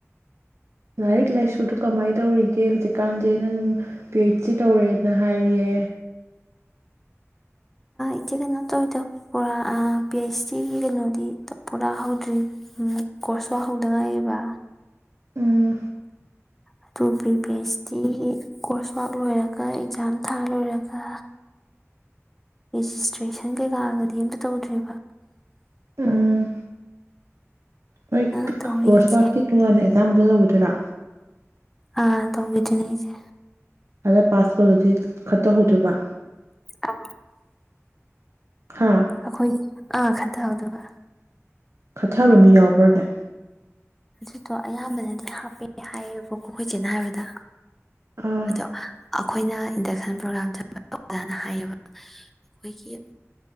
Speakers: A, on the right; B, in the centre.
A: ꯂꯥꯏꯔꯤꯛ ꯂꯥꯏꯁꯨꯗꯨ ꯀꯃꯥꯏꯅ ꯇꯧꯔꯤꯒꯦ ꯍꯧꯖꯤꯛꯀꯥꯟꯁꯦ ꯅꯪ ꯄꯤ ꯑꯩꯆ ꯁꯤ ꯇꯧꯔꯦꯅ ꯍꯥꯏꯌꯦ
B: ꯏꯆꯦ ꯀꯩꯅꯣ ꯇꯧꯋꯤꯗ ꯄꯨꯔꯥ ꯄꯤ ꯑꯩꯩꯆ ꯗꯤꯒꯤ ꯀꯩꯅꯣꯗꯤ ꯄꯨꯔꯥ ꯍꯧꯗ꯭ꯔꯤ ꯀꯣꯔꯁꯁꯨꯍꯧꯗꯉꯥꯏꯕ
A: ꯎꯝ
B: ꯑꯗꯨ ꯄꯔꯤ ꯄꯤ ꯑꯩꯆ ꯗꯤꯒꯤ ꯀꯣꯔꯁ ꯋꯥꯔ ꯂꯣꯏꯔꯒ ꯑꯦꯛꯖꯥꯝ ꯊꯥ ꯂꯣꯏꯔꯒ ꯔꯦꯖꯤꯁꯇ꯭ꯔꯦꯁꯟ ꯀꯩꯀꯥꯒꯗꯤ ꯑꯝꯇ ꯇꯧꯗ꯭ꯔꯤꯕ
A: ꯎꯝ ꯃ
B: ꯑ ꯇꯧꯔꯤ
A: ꯀꯣꯔꯣꯔꯁ
B: ꯏꯆꯦ
A: ꯋꯥꯀꯤ ꯇꯨꯡ ꯑꯅ ꯆꯃꯨꯒ ꯂꯧꯒꯊꯣꯏꯔꯥ
B: ꯑꯥ ꯇ ꯎꯕꯤꯗꯤ ꯅꯁꯦ
A: ꯑꯗ ꯄꯥꯁꯣꯗꯗꯤ ꯈꯠꯇꯍꯧꯗ꯭ꯣꯏꯔꯤꯕ
B: ꯑ
A: ꯍꯥ
B: ꯑꯩꯈꯣꯏ ꯑꯥ ꯈ ꯥꯎꯗꯕ
A: ꯈꯠꯊꯕ ꯃꯤ ꯌꯥꯎꯕ꯭ꯔꯅꯦ
B: ꯑꯗꯨꯗꯣ ꯑꯌꯥꯝꯕꯅꯗꯤ ꯍꯥꯞꯄꯦ ꯍꯥꯏꯌꯦꯕꯀꯣ ꯑꯩꯣꯏꯁꯦꯅ ꯍꯥꯏꯕꯗ
A: ꯑꯥ
B: ꯑꯗꯣ ꯑꯩꯈꯣꯏꯅ ꯏꯟꯗꯛꯁꯟ ꯄ꯭ꯔꯣꯒ꯭ꯔꯥꯝ ꯆ ꯑꯣꯖꯥꯅ ꯍꯥꯏꯌꯦꯕ ꯑꯩꯈꯣꯏꯒꯤ